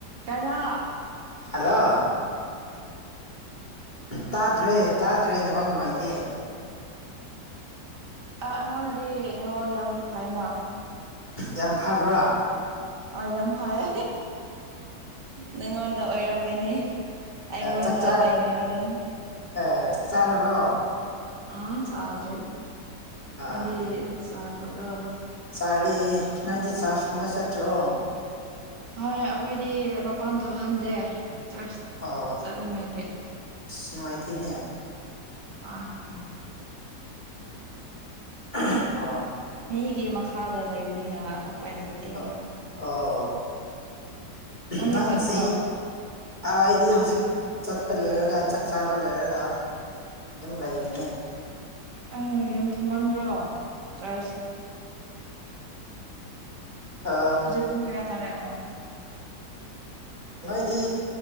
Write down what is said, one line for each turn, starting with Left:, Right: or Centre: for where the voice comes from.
Right: ꯀꯥꯏꯅꯥ
Left: ꯑꯗꯣ ꯇꯥꯗ꯭ꯔꯦ ꯇꯥ ꯇ꯭ꯔꯦꯅꯦꯃꯛ ꯅꯨꯡꯉꯥꯏꯇꯦ
Right: ꯑ ꯑꯩꯉꯣꯟꯗꯗꯤ ꯅꯉꯣ ꯌꯥꯝ ꯐꯥꯏꯅ
Left: ꯌꯥꯝ ꯐꯕ꯭ꯔꯥ
Right: ꯑ ꯌꯥꯝ ꯐꯩꯦ ꯅꯉꯣꯟꯗ ꯑꯣꯏꯔꯝꯒꯅꯤ ꯑꯩꯉꯣꯟꯗ
Left: ꯆꯥꯛꯆꯥ
Right: ꯇꯥꯏꯅꯒꯅꯨ
Left: ꯑꯦ ꯆꯥꯛ ꯆꯥꯔꯕꯣ
Right: ꯑꯝ ꯆ ꯑꯗꯨ꯭ꯔꯦ
Left: ꯑꯥ
Right: ꯑꯗꯤ ꯆ ꯈꯕ꯭ꯔ
Left: ꯇꯥꯔꯤ ꯅꯣꯏꯗꯤ ꯆꯥꯔꯖꯀꯨꯝꯕ ꯆꯠꯇ꯭ꯔꯣ
Right: ꯍꯣꯏ ꯑꯩꯈꯣꯏꯗꯤ ꯃꯄꯥꯟ ꯊꯣꯛꯍꯟꯗꯦ ꯆꯠꯅꯤꯡꯉꯥꯏꯒꯤ
Left: ꯑꯣ ꯑꯁ ꯅꯨꯡꯉꯥꯏꯇꯦꯅꯦ
Right: ꯍ ꯍ
Left: ꯑ
Right: ꯍꯒꯤ ꯃ ꯃꯈꯥꯗ ꯂꯩꯕꯅꯤꯅ ꯎꯄꯥꯏ ꯂꯩ ꯂꯩꯇꯦ
Left: ꯑ ꯑꯣ
Right: ꯅꯪꯗꯤ
Left: ꯅꯪ
Right: ꯆꯠꯄ꯭ꯔꯣ
Left: ꯆꯍꯤ ꯑꯗꯨꯋꯥꯗꯤ ꯍꯧꯖꯤꯛ ꯆꯠꯄ ꯂꯣꯏꯔꯒ ꯆꯥꯛ ꯆꯥꯕ ꯂꯣꯏꯔꯒ ꯑꯗꯨꯝ ꯂꯩꯔꯤꯅꯤ
Right: ꯑ ꯌꯥꯝ ꯊꯨꯝꯃꯟꯗ꯭ꯔꯣ ꯆꯥꯏꯔꯁꯤ
Left: ꯑ
Right: ꯍꯧꯖꯤꯛ ꯄꯨꯡ ꯀꯌꯥ ꯇꯥꯔꯛꯑꯣ
Left: ꯅꯣꯏꯗꯤ